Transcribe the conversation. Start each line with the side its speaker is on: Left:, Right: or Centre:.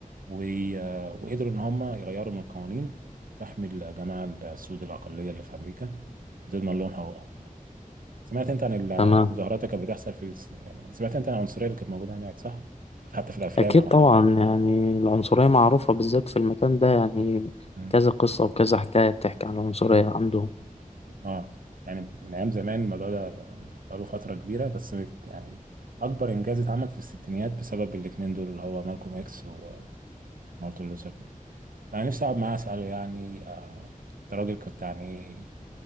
Right: وي- آه، وقدروا ان هم يغيروا من القوانين تحمي الجماعه السود الاقليه اللي في امريكا وتضمن لهم حقوقهم يعني سمعت انت عن المظاهرات
Left: تمام
Right: اللي كانت بتحصل في الس... يعني سمعت انت عن العنصريه اللي كانت موجوده هناك صح؟ حتى في الافلام
Left: أكيد
Right: او
Left: طبعا
Right: حاجه كده
Left: يعني العنصرية معروفة بالذات في المكان ده يعني
Right: مم.
Left: كذا قصة وكذا حكاية بتحكي عن العنصرية عندهم
Right: اه يعني من ايام زمان الموضوع ده ب- بقاله فتره كبيره بس مت- يعني اكبر انجاز اتعمل في الستينيات بسبب الاتنين دول اللي هو مالكوم اكس ومارتن لوثر كينج انا نفسي اقعد معاه اساله يعني آه، انت راجل كنت يعني